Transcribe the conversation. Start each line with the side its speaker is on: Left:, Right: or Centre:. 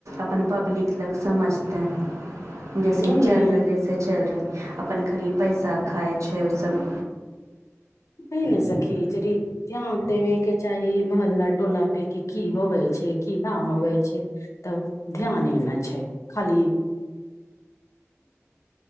Right: अपन पब्लिक लग समझतै जैसे
Left: वही
Right: चैल
Left: ने
Right: रहलैय से चैल रहल अपन खली पैसा खाय छैय ओसभ
Left: नय नऽ सखी जड़ी ध्यान देबे केँ चाही मोहल्ला टोला पे कि की होवे छैय की ना होवे छै तब ध्याने नऽ छै खाली